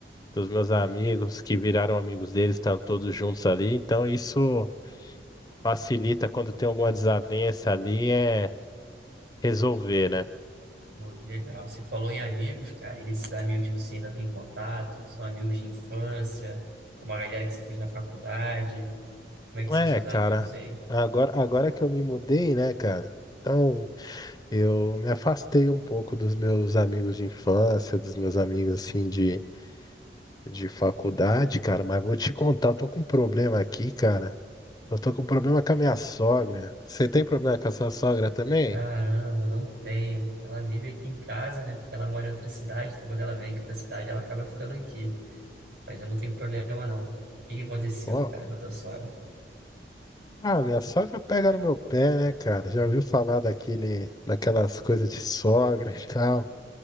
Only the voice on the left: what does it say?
dos meus amigos que viraram amigos deles, estão todos juntos ali. Então isso facilita quando tem alguma desavença ali, é resolver, né?
É,
cara,
agora, agora que eu me mudei, né, cara? Então, Eu me afastei um pouco dos meus amigos de infância, dos meus amigos assim de, de faculdade, cara, mas vou te contar, eu tô com um problema aqui, cara. Eu tô com um problema com a minha sogra. Você tem problema com a sua sogra também?
Ó,
ah, minha sogra pega no meu pé, né, cara? Já ouviu falar daquele, daquelas coisas de sogra e tal?